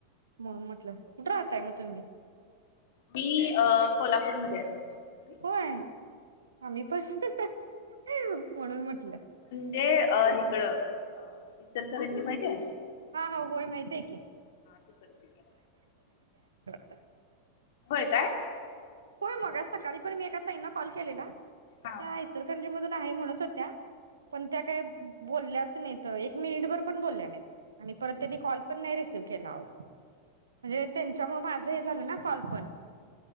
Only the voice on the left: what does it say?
मी अ कोल्हापूरमध्ये असते. <inaudible> <inaudible>
ते हिकडं आ इचलकराजी माहतीेये?
तिकडची
व्हय काय
हा.